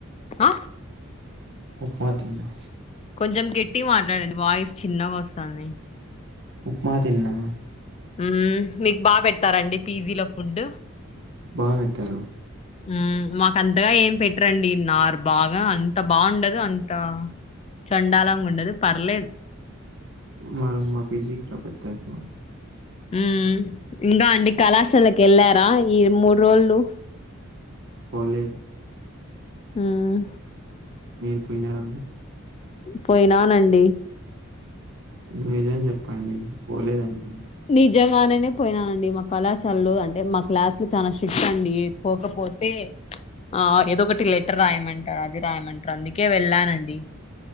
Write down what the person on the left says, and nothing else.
ఆ
కొంచెం గట్టిగా మాట్లాడండి వాయిస్ చిన్నగా వస్తాంది.
మ్ మీకు బాగా పెడతారండి పీజీలో ఫుడ్
మ్ మాకు అంతగా ఏం పెట్టరండి నార్ బాగా అంత బాగుండదు అంత చండాలంగా ఉండదు పర్లేదు
ఉమ్ ఇంగ అండి కళాశాలకి వెళ్ళారా ఈ మూడు రోల్లు
ఉహ్
పోయినానండి
నిజంగానేనే పోయినానండి మా కళాశాలలో అంటే మా క్లాస్లు చాన స్టీట్టండి పోకపోతే ఆ ఏదో ఒకటి లెట్ రాయమంటారు అది రాయమంటారు అందుకే వెళ్ళానండి.